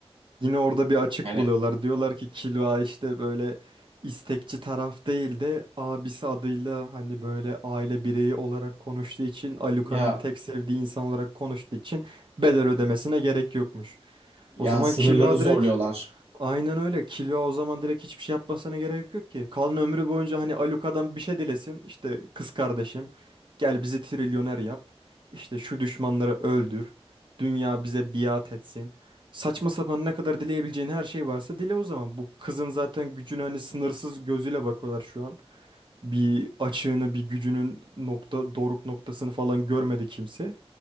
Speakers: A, on the right; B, on the right.
A: Yine orada bir açık
B: Yani
A: buluyorlar. Diyorlar ki Kilva işte böyle istekçi taraf değil de abisi adıyla hani böyle aile bireyi olarak konuştuğu için Aluka'nın
B: ya
A: tek sevdiği insan olarak konuştuğu için bedel ödemesine gerek yokmuş.
B: ya
A: O zaman
B: sınırları
A: Kilva
B: zorluyorlar.
A: direkt Aynen öyle. Killua o zaman direkt hiçbir şey yapmasına gerek yok ki. Kalan ömrü boyunca hani Alucard'dan bir şey dilesin. İşte kız kardeşim gel bizi trilyoner yap. İşte şu düşmanları öldür. Dünya bize biat etsin. Saçma sapan ne kadar dileyebileceğin her şey varsa dile o zaman. Bu kızın zaten gücüne hani sınırsız gözüyle bakıyorlar şu an. Bir açığını bir gücünün nokta doruk noktasını falan görmedi kimse.